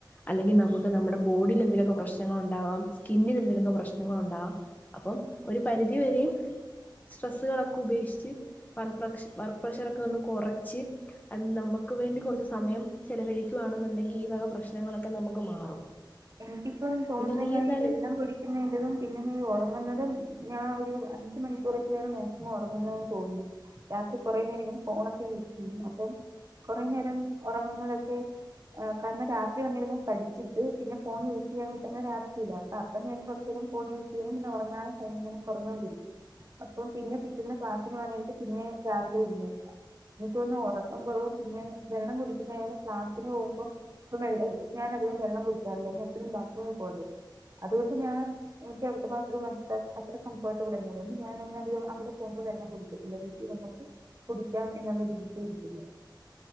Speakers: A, on the left (about 20°); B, on the right (about 40°).
A: അല്ലെങ്ക നമുക്ക് നമ്മുടെ ബോഡില് എന്തെലൊക്കെ പ്രശ്നങ്ങൾ ഉണ്ടാവാം സ്കിന്നിൽ എന്തെങ്കൊക്കെ പ്രശ്നങ്ങൾ ഉണ്ടാവാം അപ്പം ഒരു പരിധി വരെയും സ്ട്രെസ്സുകളൊക്കെ ഉപേക്ഷിച്ച് വർ പ്രശ് വർക്ക് പ്രഷറൊക്കെന്ന് കൊറച്ച് അത് നമുക്ക് വേണ്ടി കുറച്ച് സമയം ചെലവഴിക്കു ആണെന്നുണ്ടെങ്കിൽ ഈ വക പ്രശ്നങ്ങളൊക്കെ ഒക്കെ നമ്മുക്ക് മാറും
B: എനിക്കിപ്പം തോന്നുന്നത്
A: പിന്നെ നീ
B: ഞാൻ
A: എന്തായാലും
B: ഈ വെള്ളം കുടിക്കുന്നിന്റതും പിന്നെ ഈ ഒറങ്ങുന്നതും ഞാൻ ഒരു അഞ്ച് മണിക്കൂറൊക്കെ ഒക്കെ ആണ് മാക്സിമം ഉറങ്ങുന്നതെന്ന് തോന്നുന്നു രാത്രി കുറേ നേരം ഇങ്ങനെ ഫോണൊക്കെ യൂസ് ചെയ്യും അപ്പൊ കുറെേ നേരം ഉറങ്ങുന്നതൊക്കെ ഏഹ് കാരണം രാത്രി വന്നിരുന്നു പഠിച്ചിട്ട് പിന്നെ ഫോണ് യൂസ് ചെയ്യാന് കുത്തർന്നാ രാത്രില്ല അപ്പ അത്ര നേരം കൊറ്ച്ചേരം ഫോൺ യൂസ് ചെയ്യും പിന്നെറ്ങ്ങാതെ ഫോണ്ങ്ങനെ കൊറ്ഞ്ഞോണ്ടരിക്കും അപ്പം പിന്നെ പിറ്റേന്ന് ക്ലാസ്സിന് പോവാനായിട്ട് പിന്നെ രാവിലെ എഴുന്നേക്കാ ഇനിക്കൊന്ന്ന്ന് ഉറക്കം കുറവും പിന്നെ വെള്ളം കുടിക്കുന്നായാലും ക്ലാസ്സിന് പോകുമ്പോം ഇപ്പൊ വെള്ളം ഞാൻ അധികം വെള്ളം കുടിക്കാറില്ല എന്നാ എപ്പഴും ബാത്ത്റൂമ് പോണ്ടേ അതുകൊണ്ട് ഞാന് എനിക്ക് അവിടുത്തെ ബാത്റൂം അത്ര അത്ര കംഫർട്ടബിളല്ല അതോണ്ട് ഞാന് അങ്ങനെ അധികം അവിടെ പോകുമ്പോ വെള്ളം കുടിക്കത്തില്ല ടീ വീട്ടി വന്നിട്ട് കുടിക്കാം എന്നുള്ള വിധിക്ക ഇരിക്കല്